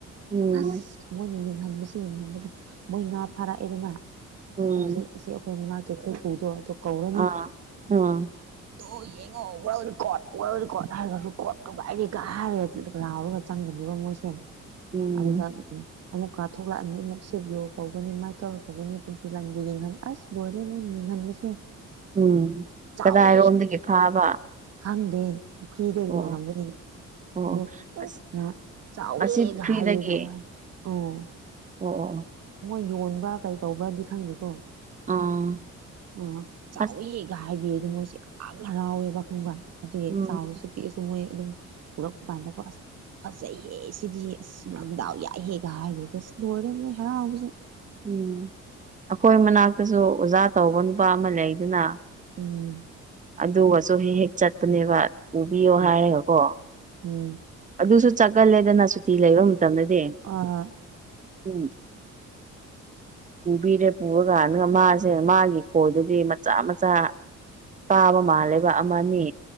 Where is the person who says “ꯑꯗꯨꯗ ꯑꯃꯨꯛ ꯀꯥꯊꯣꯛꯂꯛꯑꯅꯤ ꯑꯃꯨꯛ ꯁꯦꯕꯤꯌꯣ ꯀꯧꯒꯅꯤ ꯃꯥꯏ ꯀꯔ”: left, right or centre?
Right